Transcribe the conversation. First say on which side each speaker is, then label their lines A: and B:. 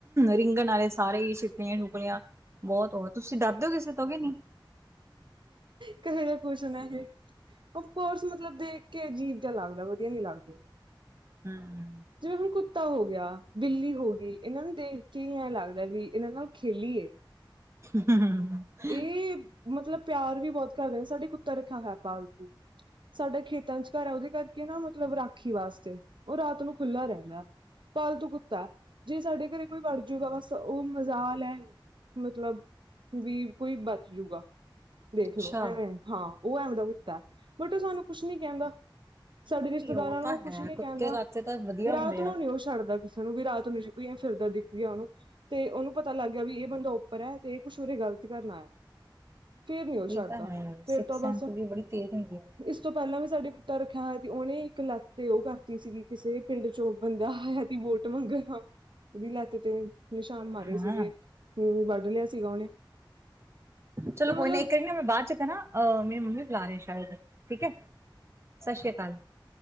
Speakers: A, on the right; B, on the right.
A: ਰੇਂਗਣ ਆਲੇ ਸਾਰੇ ਹੀ ਛਿੱਪਲੀਆਂ-ਛੁਪਕਲੀਆਂ ਬਹੁਤ ਉਹ ਤੁਸੀਂ ਡਰਦੇ ਹੋ ਕਿਸੇ ਤੋਂ ਕਿ ਨੀ।
B: ਕਹੇ ਜਾ ਕੁੋਛਣ ਹੈ ਇਹ? ਅਫਕੋਰਸ ਮਤਲਬ ਦੇਖ ਕੇ ਅਜੀਬ ਜਿਹਾ ਲੱਗਦਾ ਵਧੀਆ ਨੀ ਲੱਗਦੇ।
A: ਹਮ।
B: ਜਿਵੇਂ ਹੁਣ ਕੁੱਤਾ ਹੋ ਗਿਆ, ਬਿੱਲੀ ਹੋ ਗਈ, ਇਹਨਾਂ ਨੂੰ ਦੇਖ ਕੇ ਐਂ ਲੱਗਦਾ ਵੀ ਇਹਨਾਂ ਨਾਲ ਖੇਲੀਏ।
A: <unintelligible>
B: ਇਹ ਮਤਲਬ ਪਿਆਰ ਵੀ ਬਹੁਤ ਕਰਦੇ ਸਾਡੇ ਕੁੱਤਾ ਰੱਖਿਆ ਹੋਇਆ ਪਾਲਤੂ ਸਾਡਾ ਖੇਤ ਤੰਚਕਾਰ ਹੈ ਉਹਦੇ ਕਰਕੇ ਨਾ ਮਤਲਬ ਰਾਖੀ ਵਾਸਤੇ ਉਹ ਰਾਤ ਨੂੰ ਖੁੱਲ੍ਹਾ ਰਹਿੰਦਾ। ਪਾਲਤੂ ਕੁੱਤੈ, ਜੇ ਸਾਡੇ ਘਰੇ ਕੋਈ ਵੜ ਜੂਗਾ ਬਸ ਉਹ ਮਜ਼ਾਲ ਐ ਮਤਲਬ ਵੀ ਕੋਈ ਬਚ ਜੂਗਾ ਦੇਖਲੋ
A: ਅੱਛਾ
B: ਐਵੇਂ। ਹਾਂ ਉਹ ਐਂਵੇ ਦਾ ਕੁੱਤਾ, ਬਟ ਉਹ ਸਾਨੂੰ ਕੁਛ ਨੀ ਕਹਿੰਦਾ। ਸਾਡੇ
A: ਨਹੀਂ
B: ਰਿਸ਼ਤੇਦਾਰਾਂ ਨੂੰ
A: ਤਾਂ
B: ਉਹ ਕੁਛ
A: ਹੈ
B: ਨੀ ਕਹਿੰਦਾ
A: ਕੁੱਤੇ ਕਾਤੇ ਤਾਂ ਵਧੀਆ
B: ਰਾਤ
A: ਹੁੰਦੇ
B: ਨੂੰ
A: ਆ
B: ਨੀ ੳਹ ਛੱਡਦਾ ਕਿਸੇ ਨੂੰ ਵੀ ਰਾਤ ਨੂੰ ਜੇ ਕੋਈ ਫਿਰਦਾ ਦਿਖ ਗਿਆ, ਉਹਨੂੰ ਤੇ ਉਹਨੂੰ ਪਤਾ ਲੱਗ ਗਿਆ ਵੀ ਇਹ ਬੰਦਾ ਉੱਪਰ ਹੈ ਤੇ ਇਹ ਕੁਛ ਉਰੇ ਗ਼ਲਤ ਕਰਨ ਆਇਆ। ਫਿਰ ਨਹੀਂ ਉਹ ਛੱਡਦਾ,
A: ਇਹ ਤਾਂ ਹੈ
B: ਫਿਰ
A: ਸਿਕਸ
B: ਤਾਂ ਬਸ
A: ਸੈਂਸ ਵੀ ਬੜੀ ਤੇਜ਼ ਹੁੰਦੀ ਆ
B: ਇਸ ਤੋਂ ਪਹਿਲਾਂ ਵੀ ਸਾਡੇ ਕੁੱਤਾ ਰੱਖਿਆ ਹੋਇਆ ਸੀ, ਉਹਨੇ ਇੱਕ ਲੱਤ ਤੇ ਉਹ ਕਰਤੀ ਸੀਗੀ ਕਿਸੇ ਪਿੰਡ ਚੋਂ ਬੰਦਾ ਆਇਆ ਤ ਵੋਟ ਮੰਗਣਾ ਉਹਦੀ ਲੱਤ ਤੇ, ਤੇ ਨਿਸ਼ਾਨ ਮਾਰੇ
A: ਹਾਂ
B: ਸੀਗੇ, ਵੱਢ ਲਿਆ ਸੀਗਾ ਉਹਨੇ
A: ਚਲੋ
B: ਤੇ
A: ਕੋਈ
B: ਮਤਲਬ
A: ਨਾ ਇੱਕ ਕਰੀ ਨਾ ਮੈਂ ਬਾਅਦ ਚ ਕਰਾ ਅਹ ਮੇਰੀ ਮੰਮੀ ਬੁਲਾ ਰਹੇ ਸ਼ਾਇਦ ਠੀਕ ਹੈ ਸਤਿ ਸ੍ਰੀ ਅਕਾਲ'।